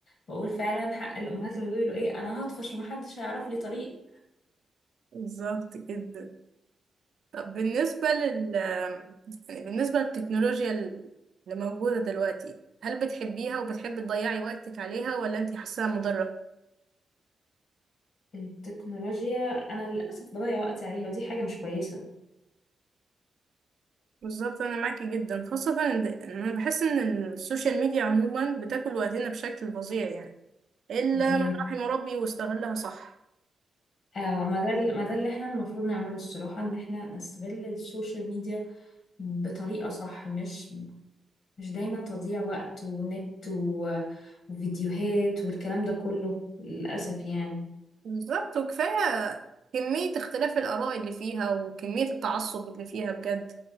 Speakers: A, on the left (about 75°); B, on the right (about 70°).
A: بقول فعلا حق الامهات لما بيقولوا ايه انا هطفش ومحدش هيعرف لي طريق
B: بالظبط جدا طب بالنسبة لل يعني بالنسبة للتكنولوجيا اللي موجودة دلوقتي هل بتحبيها وبتحبي تضيعي وقتك عليها ولا انتي حاساها مضرة؟
A: التكنولوجيا انا للاسف بضيع وقتي عليها ودي حاجه مش كويسه
B: بالظبط انا معاكي جدا خاصة ان ده- إن انا بحس ان السوشيال ميديا عموما بتاكل وقتنا بشكل فظيع يعني الا
A: دي
B: من رحم ربي واستغلها صح
A: آه ما ده ما ده اللي احنا المفروض نعمله الصراحه ان احنا نستغل السوشيال ميديا بطريقه صح مش مش دايما تضييع وقت ونت و- وفيديوهات والكلام ده كله للاسف يعني
B: بالظبط وكفاية كمية اختلاف الآراء اللي فيها وكمية التعصب اللي فيها بجد